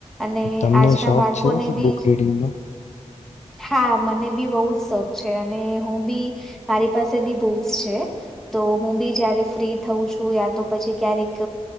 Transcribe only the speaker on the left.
તમને
શોખ
છે
બુક રીડિંગનો